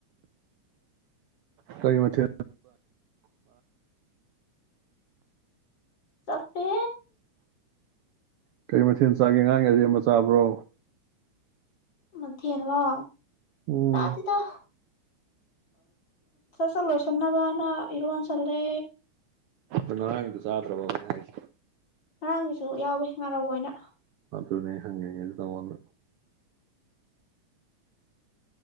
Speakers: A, on the right (about 85°); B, on the left (about 35°).
A: ꯀ ꯃꯊ
B: ꯁꯐꯦ
A: ꯀꯩ ꯃꯊꯦꯜ ꯆꯥꯒꯦ ꯑꯉꯥꯡ ꯑꯔꯤꯦꯝꯕ ꯆꯥꯕ꯭ꯔꯣ
B: ꯃꯊꯦꯂ
A: ꯎꯝ
B: ꯔꯗꯤꯗ ꯁꯂꯣ ꯀꯟꯅꯕꯅ ꯏꯔꯣꯟꯁꯜꯔꯦ
A: ꯉꯔꯥꯡꯒꯤꯗꯣ ꯆꯥꯗ꯭ꯔꯕ ꯑꯩꯅ ꯍꯥꯏꯁꯦ
B: ꯉꯔꯥꯡꯒꯤꯁꯨ ꯌꯥꯎꯋꯤ ꯉꯥꯔꯧ ꯑꯣꯏꯅ
A: ꯑ ꯑꯗꯨꯅꯦ ꯍꯪꯤꯇ ꯋꯥꯟꯅ